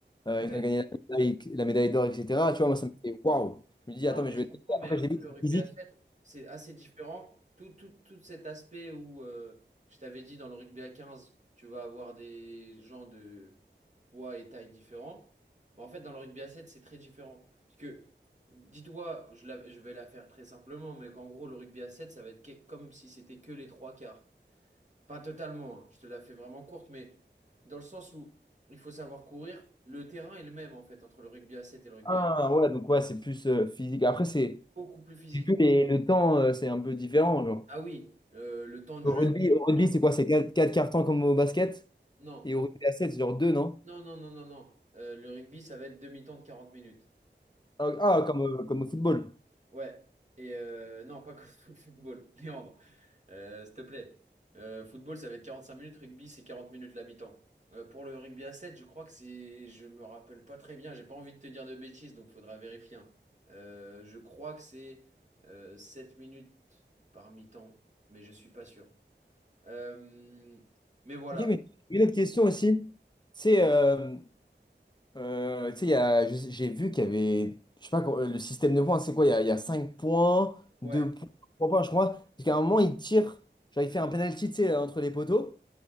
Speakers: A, on the left (about 25°); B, on the right (about 40°).
A: euh,
B: Ouais.
A: ils ont gagné la médaille, la médaille d'or, etc. Tu vois, moi, ça me fait waouh. Je me dis,
B: Non,
A: attends, mais
B: mais
A: je
B: je
A: vais.
B: comprends,
A: tester.
B: mais
A: Après,
B: après,
A: j'ai vu
B: le
A: que c'est
B: rugby
A: physique.
B: à 7 c'est assez différent. Tout, tout, tout cet aspect où, euh, je t'avais dit, dans le rugby à 15 tu vas avoir des gens de poids et taille différents. Bah, en fait, dans le rugby à 7 c'est très différent. Parce que, dis-toi, je, la- je vais la faire très simplement, mais qu'en gros, le rugby à 7 ça va être que- comme si c'était que les trois quarts. Pas totalement, hein, je te la fais vraiment courte, mais dans le sens où il faut savoir courir, le terrain est le même, en fait, entre le rugby à 7 et le rugby
A: Ah,
B: à 15.
A: ouais, donc ouais, c'est plus euh, physique. Après, c'est.
B: Beaucoup plus physique.
A: j'ai vu, mais le temps, euh, c'est un peu différent. Genre.
B: Ah oui, euh, le temps de
A: Au
B: jeu
A: rugby,
B: est beaucoup
A: au rugby,
B: moindre.
A: c'est quoi? C'est 4 quarts temps comme au basket?
B: Non,
A: Et au rugby à 7, c'est genre 2, non?
B: non, non, non, non, non. Euh, le rugby, ça va être demi-temps de 40 minutes.
A: Ah, ah, comme, euh, comme au football.
B: Ouais. Et euh, non, pas comme au football. <laughs> Léandre, euh, s'il te plaît. Euh, football, ça va être 45 minutes. Rugby, c'est 40 minutes la mi-temps. Euh, pour le rugby à 7, je crois que c'est. Je me rappelle pas très bien. J'ai pas envie de te dire de bêtises, donc faudra vérifier. hein. Euh, je crois que c'est euh, 7 minutes par mi-temps, mais je suis pas sûr. Euh, mais voilà.
A: Ok, mais une autre question aussi. C'est, euh, euh, tu sais, il y a- je sais- j'ai vu qu'il y avait, je sais pas, quoi, euh, le système de points, c'est quoi? Il y a, il y a 5 points,
B: Ouais.
A: 2 points, 3 points, je crois. Parce qu'à un moment, il tire, genre il fait un penalty, tu sais, euh, entre les poteaux,